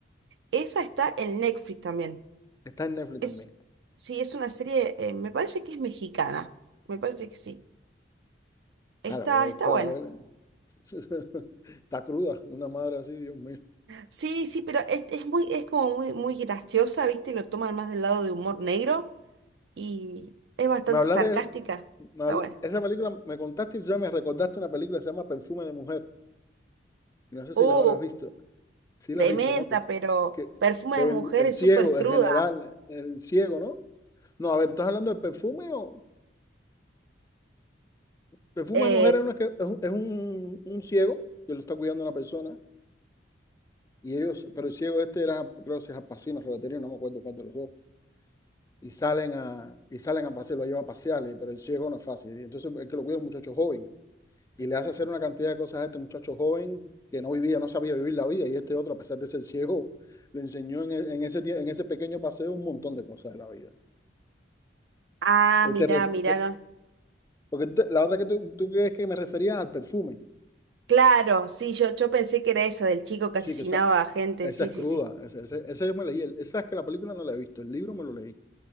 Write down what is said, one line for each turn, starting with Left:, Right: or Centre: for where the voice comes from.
Right: esa está en Netflix también.
Left: Está en Netflix
Right: Es,
Left: también.
Right: sí, es una serie, eh, me parece que es mexicana. Me parece que sí. Está,
Left: Ah, la voy a buscar
Right: está buena.
Left: a ver. eh. <laughs> Está cruda, una madre así, Dios mío.
Right: Sí, sí, pero es, es muy, es como muy, muy graciosa, ¿viste? Lo toman más del lado de humor negro y es bastante
Left: Me hablaste,
Right: sarcástica.
Left: me
Right: Está
Left: habl-
Right: buena.
Left: esa película, me contaste y ya me recordaste una película que se llama Perfume de Mujer. Y no sé
Right: Uh,
Left: si la habrás visto. Sí
Right: tremenda,
Left: la has visto, ¿no? Que, es-
Right: pero
Left: que,
Right: Perfume
Left: que
Right: de Mujer
Left: el, el
Right: es
Left: ciego,
Right: súper cruda.
Left: el general, el ciego, ¿no? No, a ver, ¿estás hablando de perfume o...? Perfume
Right: Eh,
Left: de Mujer es, una que- es un, es un- un ciego que lo está cuidando una persona. Y ellos, pero el ciego este era, creo que se es Alpacino, Roberterio, no me acuerdo cuál de los dos y salen a, y salen a pasear, lo lleva a pasear, y- pero el ciego no es fácil. Y entonces el que lo cuida es un muchacho joven. y le hace hacer una cantidad de cosas a este muchacho joven que no vivía, no sabía vivir la vida, y este otro, a pesar de ser ciego, le enseñó en, e- en ese, en ese pequeño paseo un montón de cosas de la vida.
Right: ah,
Left: Este,
Right: mirá, mirá,
Left: te-
Right: no,
Left: porque te- la otra que tú, tú crees que me refería al perfume,
Right: Claro, sí, yo, yo pensé que era eso, del chico que
Left: sí,
Right: asesinaba
Left: que esa,
Right: a gente,
Left: esa
Right: sí,
Left: es
Right: sí,
Left: cruda,
Right: sí.
Left: esa, esa- esa yo me leí, el- esa es que la película no la he visto, el libro me lo leí,